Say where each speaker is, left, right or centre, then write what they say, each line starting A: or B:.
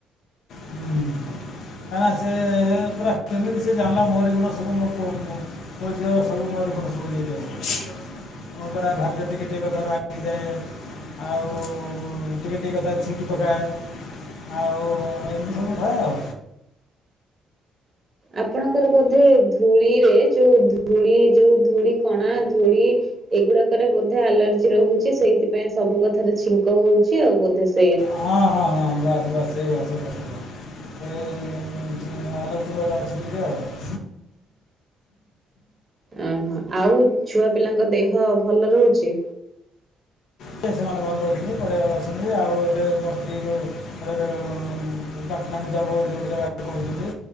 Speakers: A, on the left; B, on the right.
A: ହୁଁ, କାହିଁକ ନା ସେ-ଏ ପୁରା କେମିତି ସେ ଜାଣିଲା ମୋରି ଗୁଣ ସବୁ ମୋ ପୁଅ ମୋ ମୋ ଝିଅ, ସବୁ ମୋରି ଗୁଣ ସବୁ ନେଇକି ଆଇଛନ୍ତି? ମୁଁ, ପୁରା ଭାଗ୍ୟ ଟିକେ ଟିକେ କଥା କୁ ରାଗିଯାଏ। ଆଉ-ଉ ଟିକେ ଟିକେ କଥା ଛିଙ୍କି ପକାଏ। ଆଉ-ଉଁ ଆଉ ଏମିତି ସବୁ ଥାଏ ଆଉ।
B: ଆପଣଙ୍କର ବୋଧେ ଧୂଳିରେ, ଯୋଉ ଧୂଳି, ଯୋଉ ଧୂଳି କଣା ଧୂଳି ଏଗୁଡାକରେ ବୋଧେ ଆଲର୍ଜି ରହୁଛି। ସେଇଥିପାଇଁ ସବୁ କଥାରେ ଛିଙ୍କ ହଉଛି ଆଉ ବୋଧେ ସେ
A: ହଁ, ହଁ, ହଁ, ବାସ୍ ବାସ୍। ସେଇଆ, ସେଇଆ, ସେଇଆ, <unintelligible> ଆଉ
B: ଅ, ହଁ, ଆଉ ଛୁଆ ପିଲାଙ୍କ ଦେହ ଭଲ ରହୁଛି?
A: ସେ ସେମାନେ ଭଲ ଦେଉଛନ୍ତି, ପରିବା ଦେଉଛନି, ଆଉ ଏ ମ ସ୍ତ୍ରୀ କି <unintelligible> ପାଟନା ରେ ଯବ ବୋଲି ଗୋଟେ ଜାଗା କହୁଥିଲି।